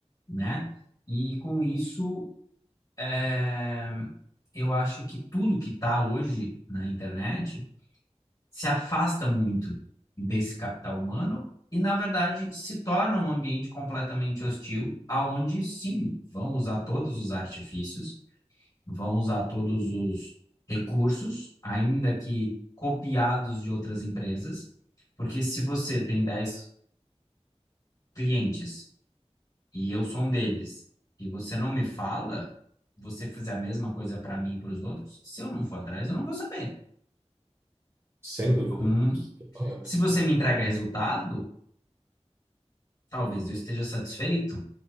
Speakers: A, on the left (about 35°); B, on the right (about 20°).
A: né? E com isso, eh, eu acho que tudo que está hoje na internet se afasta muito desse capital humano e, na verdade, se torna um ambiente completamente hostil, aonde sim, vão usar todos os artifícios, vão usar todos os recursos, ainda que copiados de outras empresas, porque se você tem dez clientes e eu sou um deles, e você não me fala, você fizer a mesma coisa para mim e para os outros, se eu não for atrás, eu não vou saber.
B: sem
A: Então,
B: dúvida. Correto.
A: se você me entrega resultado, talvez eu esteja satisfeito,